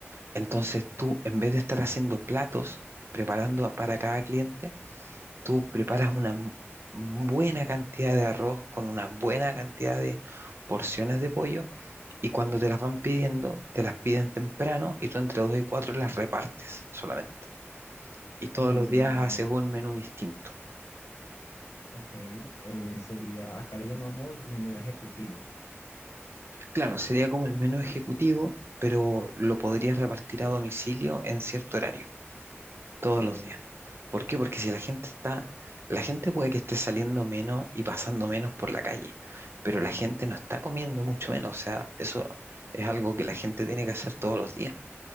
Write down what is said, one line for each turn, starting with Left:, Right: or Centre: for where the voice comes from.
Right: Entonces tú, en vez de estar haciendo platos, preparando para cada cliente, tú preparas una m- buena cantidad de arroz con una buena cantidad de porciones de pollo y cuando te las van pidiendo, te las piden temprano y tú entre dos y cuatro las repartes solamente. Y todos
Left: muy
Right: los
Left: buena
Right: días
Left: idea.
Right: haces un menú distinto.
Left: Ok, eh, sería, acá le llamamos menú ejecutivo.
Right: Claro, sería como el menú ejecutivo, pero lo podrías repartir a domicilio en cierto horario, todos los
Left: Ok,
Right: días. ¿Por qué? Porque si la gente está, la gente puede que esté saliendo menos y pasando menos por la calle, pero la gente no está comiendo mucho menos. O sea, eso es algo que la gente tiene que hacer todos los días.